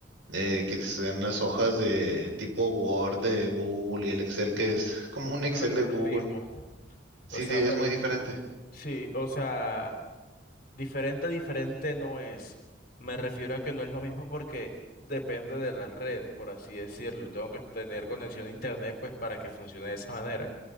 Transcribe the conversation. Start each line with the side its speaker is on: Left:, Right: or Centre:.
Right: eh, que sean las hojas de tipo Word de Google y el Excel que es como un Excel
Left: Pero no
Right: de
Left: es
Right: Google.
Left: lo mismo.
Right: Sí,
Left: O sea,
Right: sí, es
Left: pero
Right: muy diferente.
Left: sí, o sea. Diferente, diferente no es. Me refiero a que no es lo mismo porque depende de la red, por así decirlo. Tengo que tener conexión a internet pues para que funcione de esa manera.